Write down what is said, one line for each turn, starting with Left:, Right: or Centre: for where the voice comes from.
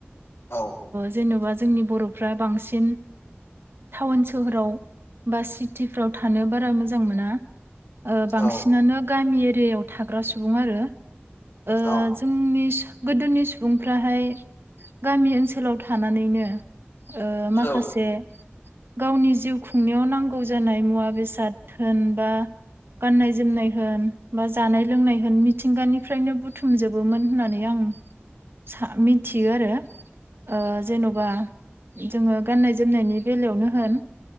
Left: औ औ।
Right: जेन'बा जोंनि बर'फ्रा बांसिन टाउन सोहोराव बा सिटिफ्राव थानो बारा मोजां मोना ओ बांसिनानो
Left: औ
Right: गामि एरियायाव थाग्रा सुबुं आरो। ओ
Left: औ।
Right: जोंनि गोदोनि सुबुंफ्राहाय गामि ओनसोलाव थानानैनो ओ माखासे
Left: औ
Right: गावनि जिउ खुंनायाव नांगौ जानाय मुवा बेसाद होन बा गाननाय जोमनाय होन बा जानाय लोंनाय होन मिथिंगानिफ्रायनो बुथुमजोब बोमोन होननानै आं सा-मिथियो आरो। ओ जेन'बा जोङो गाननाय जोमनायनि बेलायावनो होन